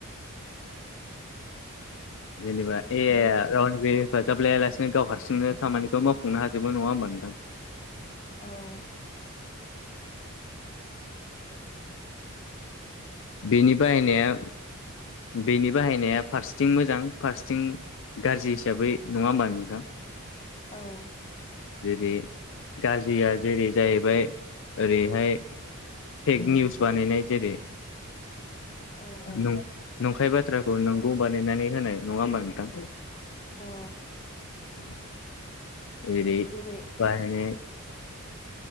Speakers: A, on the left (about 60°); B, on the left (about 30°).
A: जेनबा ए
B: बिनि
A: <unintelligible> फाजाब लायालासिनो गाव हारसिंनो खामानिखौ मावफुंनो हाजोबो नङा होमबा नोंथां
B: औ
A: बेनि बाहायनाया बेनि बाहायनाया फारसेथिं मोजां फारसेथिं गाज्रि हिसाबै नङा होमबा नोंथां
B: औ
A: जेरै गाज्रिया जेरै जाहैबाय ओरैहाय फेक निउस बानायनाय जेरै
B: औ औ
A: नं-नंखाय बाथ्राखौ नोंगौ बानायनानै होनाय नङा होमबा नोंथां?
B: औ
A: <unintelligible>
B: जेरै
A: बाहायनाय